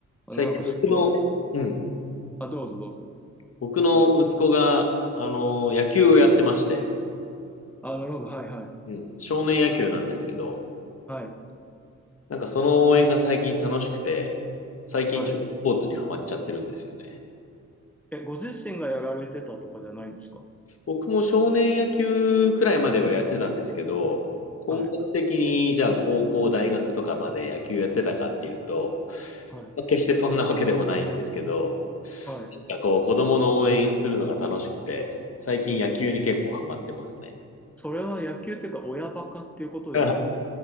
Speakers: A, on the left; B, in the centre.
A: 最近僕の、
B: あの、なんか、スポーツ、
A: うん、
B: あ、どうぞどうぞ。
A: 僕の息子が、あのー野球をやってまして、
B: あ、なるほど。はい、はい。
A: うん、少年野球なんですけど、
B: はい、
A: なんかその応援が最近楽しくて、最近ちょっとスポーツにはまっちゃってるんですよね。
B: はい。え、ご自身がやられてたとかじゃないんですか
A: 僕も少年野球くらいまではやってたんですけど、本格的にじゃあ高校、
B: はい、
A: 大学とかまで野球やってたかっていうと、
B: は
A: まあ決してそんなわけでもないんですけど、
B: い、はい。
A: なんかこう子供の応援するのが楽しくて、最近野球に結構ハマってますね。
B: それは野球っていうか、親バカっていうことではなくて、
A: <laughs>